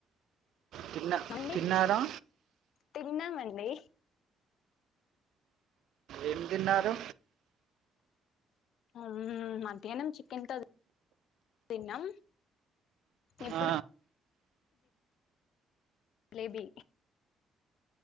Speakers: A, on the right; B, on the left.
A: తిన్నా
B: అండి
A: తిన్నారా
B: తిన్నామండి
A: ఏం తిన్నారు
B: మ్మ్ మధ్యానం చికెన్ తో తిన్నాం ఇప్పుడు
A: ఆ
B: జిలేబీ